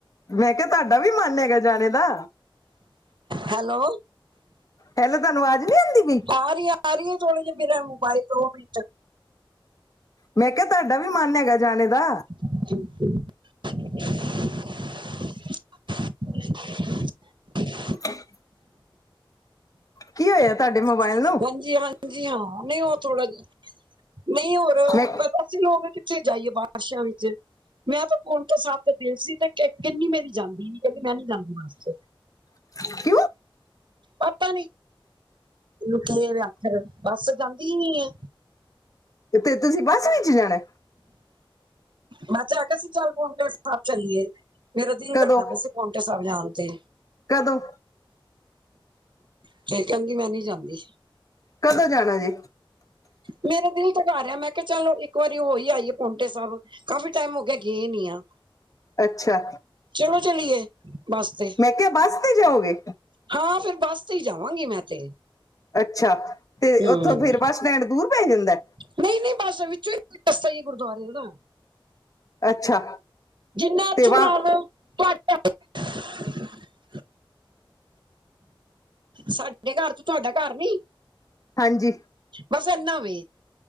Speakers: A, on the left; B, on the right.
A: ਮੈਂ ਕਿਹਾ ਤੁਹਾਡਾ ਵੀ ਮਨ ਹੈਗਾ ਜਾਣੇ ਦਾ।
B: ਹੈਲੋ।
A: ਹੈਲੋ, ਤੁਹਾਨੂੰ ਆਵਾਜ ਨੀ ਆਂਦੀ ਪਈ?
B: ਆ ਰਹੀ ਆ ਰੀ ਏ, ਥੋੜੇ ਜੇ ਮੇਰਾ ਮੋਬਾਈਲ ਦੋ ਮਿੰਟ
A: ਮੈਂ ਕਿਹਾ ਤੁਹਾਡਾ ਵੀ ਮਨ ਹੈਗਾ ਜਾਨੇ ਦਾ।
B: ਜੀ। <inaudible>
A: <inaudible> ਕੀ ਹੋਇਆ
B: ਹਾਂਜੀ,
A: ਤੁਹਾਡੇ ਮੋਬਾਈਲ ਨੂੰ
B: ਹਾਂ ਹਾਂਜੀ ਹਾਂ, ਨਈ ਓ ਥੋੜਾ ਜਾ, ਨਈ ਹੋਰ <unintelligible>
A: ਮੈਂ
B: ਅਸੀਂ ਵੀ ਲੋਕ ਕਿੱਥੇ ਜਾਈਏ ਬਾਰਸ਼ਾਂ ਵਿੱਚ। ਮੈਂ ਤਾਂ ਫੋਨ ਤੋਂ ਸਾਬ ਤੇ ਦਿਲ ਸੀ ਤੇ ਕਿੰਨੀ ਮੇਰੀ ਜਾਂਦੀ ਨੀ ਕਹਿੰਦੀ ਮੈਂ ਨੀ ਜਾਂਦੀ <unintelligible>
A: <inaudible>
B: ਪਤਾ ਨੀ <unintelligible> ਬੱਸ ਜਾਂਦੀ ਈ ਨੀ ਐ।
A: ਤੇ ਤੁਸੀਂ ਬੱਸ ਵਿੱਚ ਜਾਣਾ ਐ?
B: ਮੈਂ ਚੱਲ <unintelligible> ਚੱਲ ਪੌਂਟੇ ਸਾਹਬ ਚੱਲੀਏ। ਮੇਰਾ ਦਿਲ
A: ਕਦੋਂ
B: ਕਰਦਾ ਪਿਆ ਸੀ ਪੌਂਟਾ ਸਾਹਬ ਜਾਨ ਤੇ।
A: ਕਦੋਂ।
B: ਕੇ ਕਹਿੰਦੀ ਮੈਂ ਨੀ ਜਾਂਦੀ।
A: ਕਦੋਂ ਜਾਣਾ ਜੇ?
B: ਮੇਰਾ ਦਿਲ ਤੇ ਕਰ ਰਿਹਾ ਮੈਂ ਕਿਆ ਚਲੋ, ਇੱ ਇੱਕ ਆਰੀ ਹੋਈ ਆਈਏ ਪੌਂਟੇ ਸਾਬ। ਕਾਫੀ ਟੈਮ ਹੋ ਗਿਆ ਗੇ ਨੀ ਆ।
A: ਅੱਛਾ।
B: ਚਲੋ ਚਲੀਏ। ਬੱਸ ਤੇ,
A: ਮੈਂ ਕਿਆ ਬੱਸ ਤੇ ਜਾਓਗੇ।
B: ਹਾਂ, ਫੇਰ ਬੱਸ ਤੇ ਈ ਜਾਵਾਂਗੀ ਮੈਂ ਤੇ।
A: ਅੱਛਾ, ਤੇ
B: ਹੂੰ,
A: ਉੱਥੋਂ ਫਿਰ ਬੱਸਟੈਂਡ ਦੂਰ ਪੈ ਜਾਂਦੈ।
B: ਨਹੀਂ-ਨਹੀਂ ਬਸ ਵਿੱਚੋਂ, ਈ ਰਸਤਾ ਈ ਗੁਰਦੁਆਰੇ ਦਾ।
A: ਅੱਛਾ।
B: ਜਿੰਨਾ ਇਥੋਂ
A: ਤੇ ਵਾਹ
B: ਲਾਵੋ <unintelligible> ਸਾਡੇ ਘਰ ਤੋ ਤੁਹਾਡਾ ਘਰ ਨੀ।
A: ਹਾਂਜੀ।
B: ਬਸ ਐਨਾ ਵੇ।